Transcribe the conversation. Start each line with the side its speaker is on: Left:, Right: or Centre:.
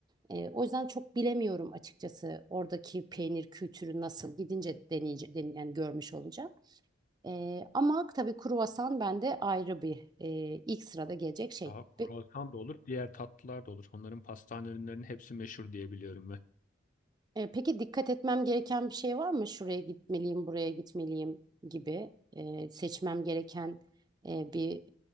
Right: E, o yüzden çok bilemiyorum açıkçası oradaki peynir kültürü nasıl gidince deneyece, den- yani görmüş olacağım. Ee, ama tabii kruvasan bende ayrı bir e, ilk sırada gelecek şey.
Left: Daha kruvasan
Right: Pe-
Left: da olur, diğer tatlılar da olur. Onların pastane ürünlerinin hepsi meşhur diye biliyorum ben.
Right: e, peki dikkat etmem gereken bir şey var mı? Şuraya gitmeliyim, buraya gitmeliyim gibi e, seçmem gereken e, bir